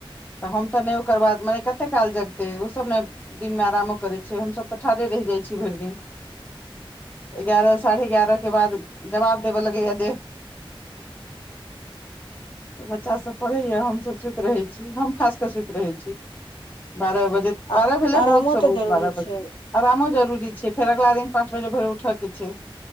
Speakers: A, on the left; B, on the left.
A: तऽ हम तऽ नय ओकर बाद मने कतेक काल जगतै ओसभ नऽ दिन मे आरामो करै छै हमस तऽ ठाढ़े रहि जाइ छी भइर दिन एगारह साढ़े एगारह केँ बाद जवाब देबऽ लगैय देह तऽ बच्चासभ पढ़ै यऽ हमसभ सुइत रहै छी हम खास कऽ सुइत रहै छी बारह बजैत
B: आ
A: बारह भेलै
B: आरामो
A: बहुत सँ
B: तऽ
A: बहुत
B: जरूरी
A: बारह
B: छै
A: बजलै आरामो जरूरी छै फेर अगला दिन पाँच बजे भोरे उठऽ केँ छै